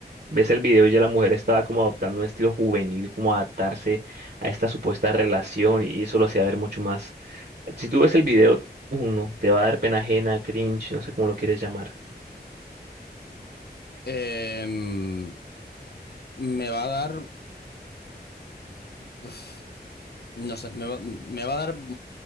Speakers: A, on the right; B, on the left.
A: Ves el video y ya la mujer estaba como adoptando un estilo juvenil, como adaptarse a esta supuesta relación y eso lo hacía ver mucho más. Si tú ves el video, uno, te va a dar pena ajena, cringe, no sé cómo lo quieres llamar.
B: Em, me va a dar... uf, No sé, me va, me va a dar